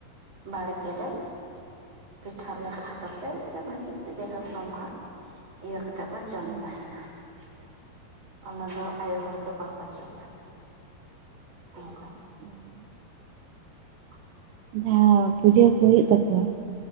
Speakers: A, on the right (about 30°); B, on the right (about 80°).
A: ᱵᱟᱲᱜᱮᱨᱮ ᱯᱤᱴᱷᱟ ᱞᱟᱴᱷᱟ ᱠᱟᱛᱮᱜ, ᱥᱮ ᱵᱷᱟᱹᱡᱤ ᱠᱟᱛᱮᱫ ᱡᱟᱭᱦᱳᱠ ᱱᱚᱝᱠᱟ ᱾ ᱤᱭᱟᱹ ᱠᱟᱛᱮ ᱠᱚ ᱡᱚᱢ
B: ᱚ
A: ᱛᱟᱦᱮᱱᱟ ᱾ ᱚᱱᱟ ᱫᱚ ᱟᱭᱳ ᱦᱚᱲ ᱫᱚ ᱵᱟᱠᱚ ᱡᱚᱢᱟ ᱾ ᱚᱝᱠᱟ
B: <inaudible>
A: <unintelligible>
B: ᱡᱟᱸᱦᱟᱸ ᱯᱩᱡᱟᱹ ᱠᱩ ᱦᱩᱭᱩᱜ ᱛᱟᱠᱩᱣᱟ ᱾